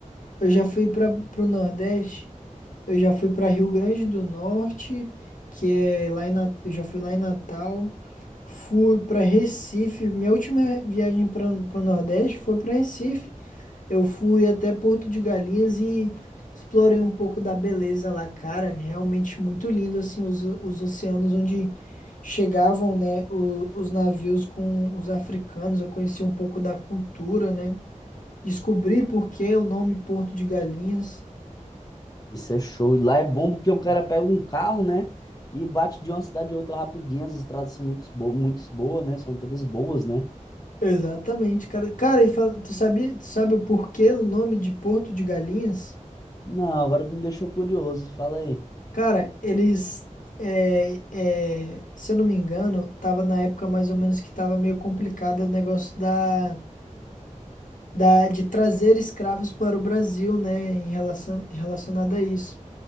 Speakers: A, on the left; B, on the left.
A: Eu já fui pra, pro Nordeste. Eu já fui pra Rio Grande do Norte, que é lá em Nat... Eu já fui lá em Natal. Fui para Recife. Minha última viagem para o Nordeste foi para Recife. Eu fui até Porto de Galinhas e explorei um pouco da beleza lá, cara. Realmente muito lindo, assim, os, os oceanos onde chegavam, né, o- os navios com os africanos. Eu conheci um pouco da cultura, né? Descobri por que o nome Porto de Galinhas.
B: Isso é show. E lá é bom porque o cara pega um carro, né, e bate de uma cidade a outra rapidinho. As estradas são muito boas, muito boas, né? São todas boas, né?
A: Exatamente, cara. Cara, e fala- tu sabe, tu sabe o porquê o nome de Porto de Galinhas?
B: Não, agora tu me deixou curioso. Fala aí.
A: Cara, eles, é, é, se eu não me engano, tava na época mais ou menos que tava meio complicado o negócio da, da, de trazer escravos para o Brasil, né, em relação, relacionado a isso.